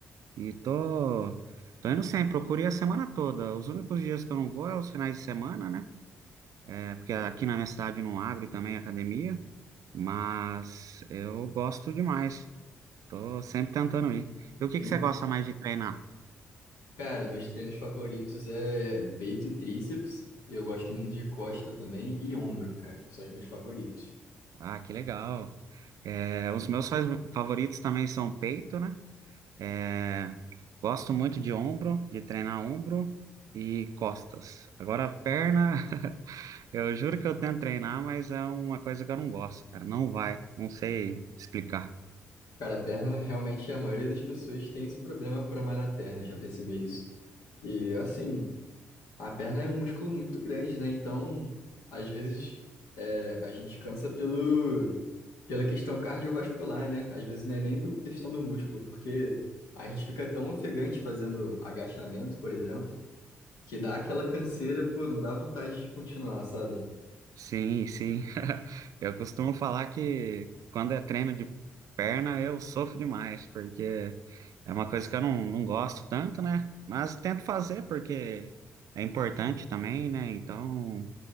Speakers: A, on the right; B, on the left.
A: E tô, tô indo sempre, procurei a semana toda. Os únicos dias que eu não vou é os finais de semana, né? É, porque aqui na minha cidade não abre também academia, mas eu gosto demais. Tô sempre tentando ir. E o que
B: Bem,
A: que você gosta mais de treinar?
B: cara, meus treinos favoritos é é peito e tríceps. e Eu gosto muito de costa também e ombro, cara. São os meus favoritos.
A: Ah, que legal. É, os meus faz- favoritos também são peito, né? É, gosto muito de ombro, de treinar ombro e costas. Agora, perna, <laughs> eu juro que eu tento treinar, mas é uma coisa que eu não gosto, cara. Não vai, não sei explicar.
B: Cara, a perna, realmente, a maioria das pessoas tem esse problema para malhar a perna, já percebi isso. E assim. A perna é um músculo muito grande, né? Então, às vezes, é, a gente cansa pelo, pela questão cardiovascular, né? Às vezes não é nem do questão do músculo, porque a gente fica tão ofegante fazendo agachamento, por exemplo, que dá aquela canseira, pô, não dá vontade de continuar, sabe?
A: Sim, sim. <laughs> Eu costumo falar que quando é treino de perna eu sofro demais, porque é uma coisa que eu não, não gosto tanto, né? Mas tento fazer porque é importante também, né? Então,